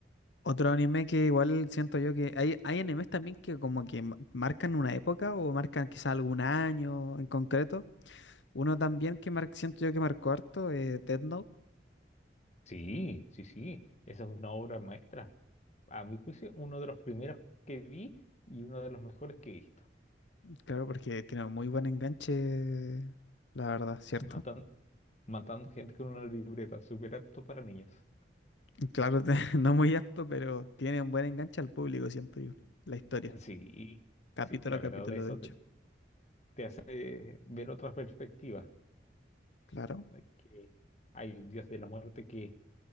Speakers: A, on the left; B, on the left.
A: Otro anime que igual siento yo que hay, hay animes también que como que ma- marcan una época o marcan quizá algún año en concreto. Uno también que mar- siento yo que marcó harto, eh, Death Note,
B: Sí, sí, sí, esa es una obra maestra. a mi juicio, uno de los primeros que vi y uno de los mejores que he visto.
A: claro, porque tiene muy buen enganche, la verdad, ¿cierto?
B: Matan- matando gente con una libreta, súper apto para niños.
A: Y Claro, <laughs> no muy apto, pero tiene un buen enganche al público, siento yo, la historia,
B: Sí,
A: capítulo
B: sí, la
A: a capítulo,
B: verdad eso
A: de hecho.
B: te, te hace ver otra perspectiva,
A: Claro,
B: de que hay un dios de la muerte que